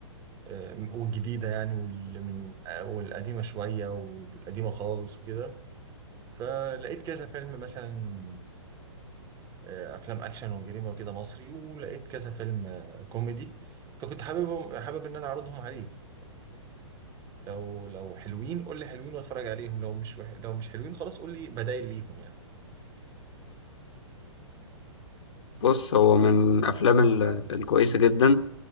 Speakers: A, on the right; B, on the left.
A: آه، والجديده يعني واللي من آه، والقديمه شويه والقديمه خالص وكده فلقيت كذا فيلم مثلا آه، افلام اكشن وجريمه وكده مصري ولقيت كذا فيلم آه، كوميدي فكنت حاببهم حابب ان انا اعرضهم عليك لو لو حلوين قول لي حلوين واتفرج عليهم لو مش وح... لو مش حلوين خلاص قول لي بدايل ليهم يعني
B: بص هو من الافلام ال- الكويسة جدا